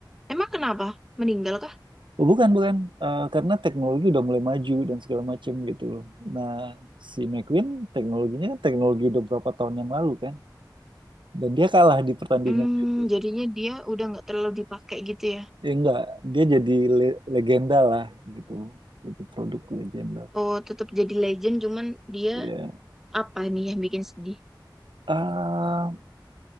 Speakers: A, in the centre; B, on the right.
A: Emang kenapa? Meninggal kah?
B: Oh, bukan bukan Eh, karena teknologi udah mulai maju dan segala macem gitu loh. Nah, si McQueen teknologinya teknologi udah berapa tahun yang lalu kan dan dia kalah di pertandingan
A: Hmm,
B: itu.
A: jadinya dia udah nggak terlalu dipakai gitu ya.
B: ya enggak dia jadi le- legenda lah gitu jadi produk legenda
A: Oh, tetap jadi legend, cuman dia
B: ya
A: apa nih yang bikin sedih?
B: ah